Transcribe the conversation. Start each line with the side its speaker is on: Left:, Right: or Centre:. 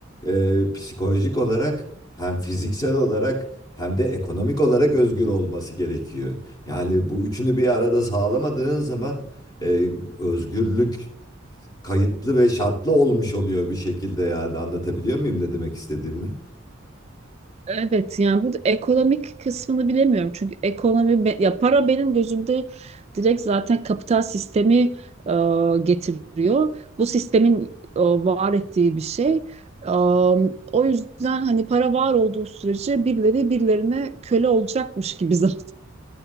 Left: e, psikolojik olarak hem fiziksel olarak hem de ekonomik olarak özgür olması gerekiyor. Yani bu üçünü bir arada sağlamadığın zaman e, özgürlük kayıtlı ve şartlı olmuş oluyor bir şekilde yani anlatabiliyor muyum ne demek istediğimi?
Right: Evet yani burada ekonomik kısmını bilemiyorum. Çünkü ekonomi be- ya para benim gözümde direkt zaten kapital sistemi e, getiriyor. Bu sistemin e, var ettiği bir şey. E, o yüzden hani para var olduğu sürece birileri birilerine köle olacakmış gibi <laughs> zaten